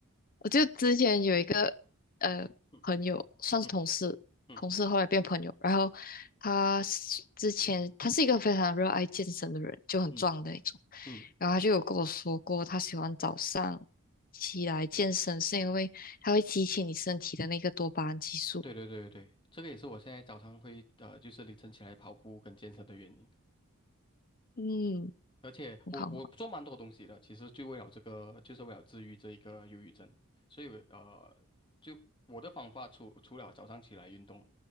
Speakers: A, on the left; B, on the left.
A: 我就之前有一个呃朋友，
B: 嗯
A: 算是同事，
B: 嗯嗯
A: 同事后来变朋友。然后他是之前他是一个非常热爱健身的人，就很壮的那种。
B: 嗯嗯，
A: 然后他就有跟我说过，他喜欢早上起来健身，是因为他会激起你身体的那个多巴胺激素。
B: 对对对对对，这个也是我现在早上会呃，就是凌晨起来跑步跟健身的原因。
A: 嗯，
B: 而且我我做蛮多东西的，
A: 很好，很好
B: 其实就为了这个，就是为了治愈这一个忧郁症。所以呃，就我的方法除除了早上起来运动，